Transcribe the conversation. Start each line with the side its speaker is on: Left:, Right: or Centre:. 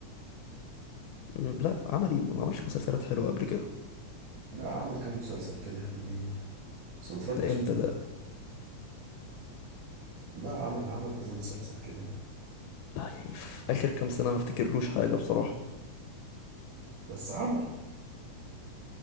Left: م، لا عمل ايه ما عملش مسلسلات حلوه قبل كده
Right: لا عمل كام مسلسل كده حلوين بس متفرجتش
Left: ده امتى
Right: عليهم.
Left: ده
Right: لا عمل عمل كذا مسلسل كده
Left: لا يعني في اخر كام سنه ما افتكرلوش حاجه بصراحه
Right: بس عمل